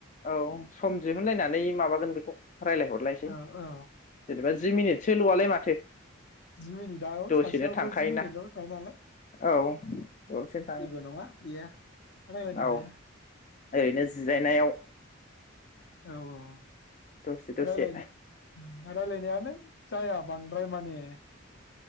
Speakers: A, on the left (about 35°); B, on the left (about 55°).
A: औ सम दिहुनलायनानै माबागोन बेखौ रायलायहरलायसै
B: औ औ
A: जेनेबा जि मिनिट सोल'आलाय माथो
B: जि मिनिटआव
A: दसेनो
B: सासेयावथ'
A: थांखायोना
B: जि मिनिटल' होखायो नालाय
A: औ दसोनो थांङो
B: जेबो नङा बेयो रायलायनो
A: औ
B: हायो
A: औ ओरैनो जिरायनायाव
B: औ औ
A: दसे दसे
B: रायलायनो रायलायनायानो जाया बांद्राय माने